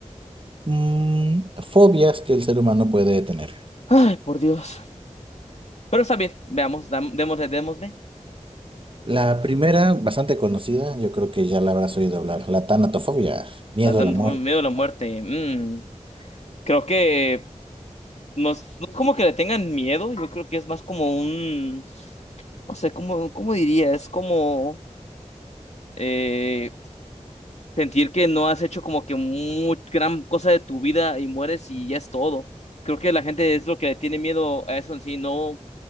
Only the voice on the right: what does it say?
mm, fobias que el ser humano puede tener.
La primera, bastante conocida, yo creo que ya la habrás oído hablar, la tanatofobia, miedo
a la muerte.